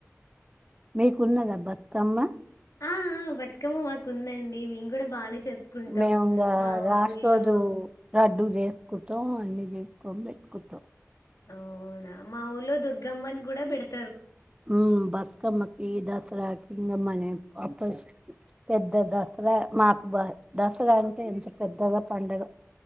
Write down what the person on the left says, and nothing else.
ఆ ఆ బతుకమ్మ మాకుందండి మేం కూడా బాగానే జరుపుకుంటాం
మా
ఊర్లో
అవునా మా ఊల్లో దుర్గమ్మన్ గూడా పేడ్